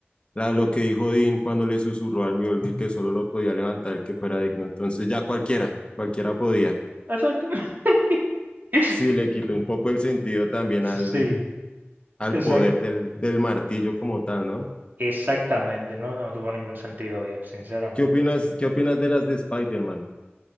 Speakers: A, on the left; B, on the right.
A: la, lo que dijo Dean cuando le susurró al Mjolnir que solo lo podía levantar el que fuera digno. Entonces ya cualquiera, cualquiera podía.
B: Exacto. <laughs>
A: Sí, le quitó un poco el sentido también
B: Sí,
A: al, al
B: exacto.
A: poder del, del martillo como tal, ¿no?
B: Exactamente, no, no tuvo ningún sentido, viejo, sinceramente.
A: ¿Qué opinas, qué opinas de las de Spider-Man?